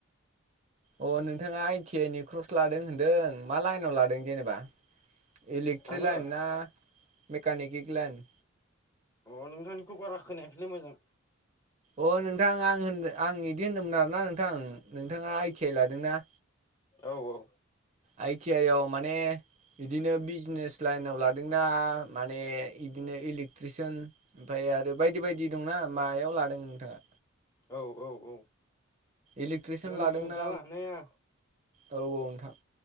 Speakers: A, on the right; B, on the left.
A: अ नोंथाङा आइ टि आइ नि क्रस लादों होनदों मा लाइनाव लादों जेनेबा इलेक्ट्रिक
B: आङो
A: लाइन ना मेकानिकक लाइन
B: अ नोंथांनिखौ बारा खोनायाखैलै मोजां
A: अ नोंथां आं होनदों आं बिदि होन्दोंमोन आरोना नोंथां नोंथाङा आइ टि आइ लादोंना
B: औ औ
A: आइ टि आइ आव माने बिदिनो बिजनेस लाइनाव लादोंना माने इदिनो इलेक्ट्रिसियन ओमफ्राय आरो बायदि बायदि दंना मायाव लादों नोंथाङा
B: औ औ औ
A: इलेक्ट्रिसियान
B: जोङो
A: लादोंना
B: दा लानाया
A: औ औ नोंथां